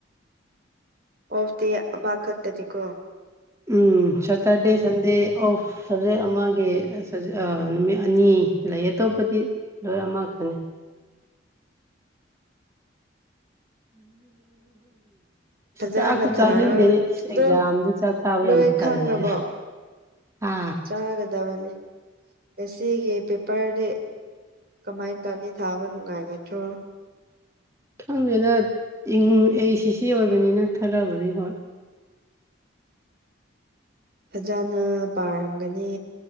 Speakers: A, on the right (about 50°); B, on the right (about 15°).
A: ꯑꯣ ꯑꯣꯐꯗꯤ ꯑꯃ ꯈꯛꯇꯗꯤꯀꯣ
B: ꯎꯝ ꯁꯇꯔꯗꯦ ꯁꯟꯗꯦ ꯑꯣꯐ ꯁꯕꯖꯦꯛ ꯑꯃꯒꯤ ꯅꯨꯃꯤꯠ ꯑꯅꯤ ꯂꯩꯌꯦ ꯑꯇꯣꯞꯄꯗꯤ ꯂꯣꯏ ꯑꯃꯈꯛꯇꯅꯦ
A: ꯐꯖꯅ
B: ꯆꯥꯛꯇꯨ
A: ꯊꯥꯔꯒ
B: ꯆꯥꯅꯤꯡꯗꯦꯅꯦ
A: ꯑꯗꯣ
B: ꯑꯦꯛꯖꯥꯝꯗ ꯆꯥꯛ ꯆꯥꯕ
A: ꯅꯣꯏ
B: ꯌꯥꯝ ꯇꯜꯂꯦ
A: ꯈꯪꯔꯕꯣ
B: ꯑ
A: ꯆꯥꯒꯗꯕꯅꯤ ꯉꯁꯤꯒꯤ ꯄꯦꯄꯔꯗꯤ ꯀꯃꯥꯏꯅ ꯇꯧꯅꯤ ꯊꯥꯕ ꯅꯨꯡꯉꯥꯏꯒꯗ꯭ꯔꯣ
B: ꯈꯪꯗꯦꯗ ꯏꯪ ꯑꯩ ꯁꯤ ꯁꯤ ꯑꯣꯏꯕꯅꯤꯅ ꯈꯔꯕꯨꯗꯤ ꯍꯣꯏ
A: ꯐꯖꯅ ꯄꯥꯔꯝꯒꯅꯤ